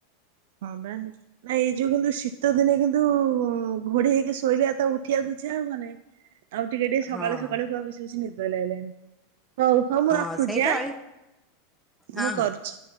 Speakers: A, on the right; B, in the centre.
A: ହଁ ବା। ନାଇଁ ଏଇ ଯୋଉ କିନ୍ତୁ ଶୀତ ଦିନେ କିନ୍ତୁ ଘୋଡି ହେଇକି ଶୋଇଲେ ତ ଉଠିଆକୁୁଇଛା ହବନି ଆଉ ଟିକେ ଟିକେ ସକାଳୁ
B: ହଁ
A: ସକାଳୁ କ ବେଶି ବେଶି ନିଦ ଲାଗିଲାଣି। ହଉ ହଉ ମୁଁ
B: ହଁ
A: ରଖୁଚି
B: ସେଇଟା
A: ଆଁ
B: ଅଳି
A: ମୁଁ
B: ହଁ ହଁ।
A: କରୁଚି।